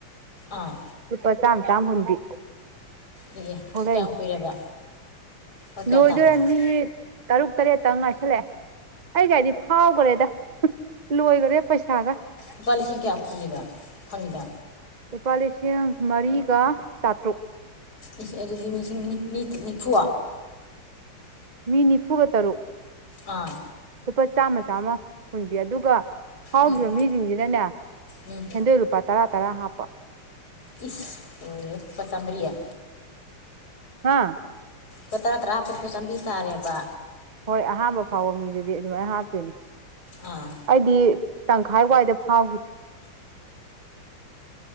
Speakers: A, on the left (about 45°); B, on the right (about 70°).
A: ꯑꯥ
B: ꯂꯨꯄꯥ ꯆꯥꯝꯃ ꯆꯥꯝ ꯍꯨꯟꯕꯤ
A: ꯑꯦ ꯑꯦ
B: ꯊꯣꯛꯂꯛꯏꯅꯤ
A: ꯀꯌꯥꯝ ꯀꯨꯏꯔꯕ ꯂꯨꯄꯥ ꯀꯌꯥ
B: ꯂꯣꯏꯗꯣꯏꯔꯦ
A: ꯇꯥꯔꯤꯕ ꯑꯦ
B: ꯃꯤ ꯇꯔꯨꯛ ꯇꯔꯦꯠꯇ ꯉꯥꯏꯁꯜꯂꯛꯑꯦ ꯑꯩ ꯀꯗꯤ ꯐꯥꯎꯈ꯭ꯔꯦꯗ ꯂꯣꯏꯈꯔꯦ ꯄꯩꯁꯥꯒ
A: ꯎꯄꯥ ꯂꯤꯁꯤ ꯀꯌꯥ ꯐꯕ ꯐꯕ
B: ꯂꯨꯄꯥ ꯂꯤꯁꯤꯡ ꯃꯔꯤꯒ ꯆꯥꯇ꯭ꯔꯨꯛ
A: ꯁꯤꯡ ꯑꯗꯨꯗꯤꯁꯤꯡ ꯅꯤꯐꯨ
B: ꯃꯤꯅꯤꯐꯨꯒ ꯇꯔꯨ
A: ꯑꯥ
B: ꯂꯨꯄꯥ ꯆꯥꯝꯃ ꯆꯥꯝꯃ ꯍꯨꯟꯕꯤ ꯑꯗꯨꯒ ꯐꯥꯎꯈꯤꯕ
A: ꯎꯝ
B: ꯃꯤꯁꯤꯡꯁꯤꯅꯅꯦ
A: ꯎꯝ
B: ꯁꯦꯟꯗꯣꯏ ꯂꯨꯄꯥ ꯇꯔꯥ ꯇꯔꯥ ꯍꯥꯞꯄ
A: ꯏꯁ ꯍꯣꯏ ꯄ ꯆꯝꯔꯤꯌꯥ
B: ꯍꯥꯥ
A: ꯂꯄꯥ ꯇꯔꯥ ꯇꯔꯥ ꯍꯥꯞꯄꯛꯄꯗ ꯆꯥꯝꯔꯤ ꯇꯥꯔꯦꯕ
B: ꯍꯣꯏ ꯑꯍꯥꯟꯕ ꯐꯥꯎꯕ ꯃꯤꯗꯨꯗꯤ ꯑꯗꯨꯃꯥꯏ ꯍꯥꯞꯇꯣꯏꯅꯤ
A: ꯑꯥ
B: ꯑꯩꯗꯤ ꯇꯪꯈꯥꯏ ꯋꯥꯏꯗ ꯐꯥꯎꯒꯤ